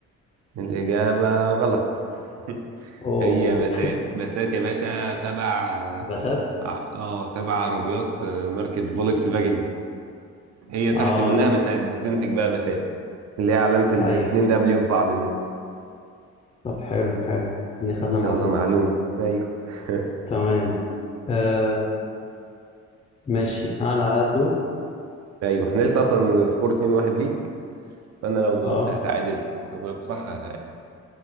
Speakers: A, on the right; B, on the left.
A: الإجابة غلط <laughs>
B: اوه
A: هي بسات بسات يا باشا تبع
B: بسات
A: اه آه، تبع عربيات آه، ماركة فولكس فاجن هي تحت
B: اه
A: منها بسات بتنتج بقى بسات اللي هي علامة ال-
B: ايوه
A: الاتنين دبليو في بعض دول
B: طب حلو حلو ان خدنا
A: يلا
B: معلومه
A: معلومة ايوه <laughs>
B: تمام آه ماشي انا اللي على الدور
A: ايوه احنا لسه اصلا السكور 2-1 ليك فانا لو جاوبت
B: اه
A: هتعادل لو جاوبت صح هتعادل